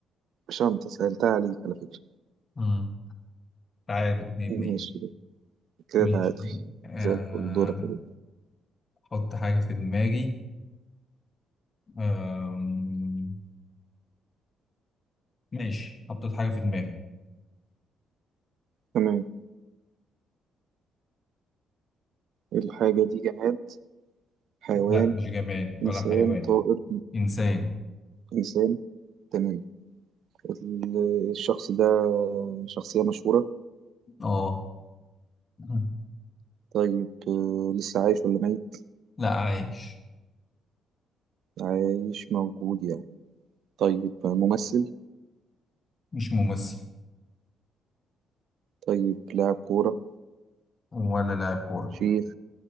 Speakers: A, on the right; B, on the left.
A: شنطة سهلتها عليك على فكرة
B: مم. تعادل اتنين
A: ماشي
B: اتنين
A: كده
B: ماشي
A: تعادل
B: آه،
A: زي الفل دورك كده
B: أحط حاجة في دماغي آم، ماشي حطيت حاجة في دماغي
A: تمام الحاجة دي جماد حيوان
B: لا مش جماد ولا
A: إنسان
B: حيوان
A: طائر
B: إنسان
A: إنسان تمام ال- الشخص ده شخصية مشهورة
B: اه مم.
A: طيب آه، لسه عايش ولا ميت
B: لا عايش
A: عايش موجود يعني طيب آه، ممثل
B: مش ممثل
A: طيب لاعب كورة
B: ولا لاعب كورة
A: شيخ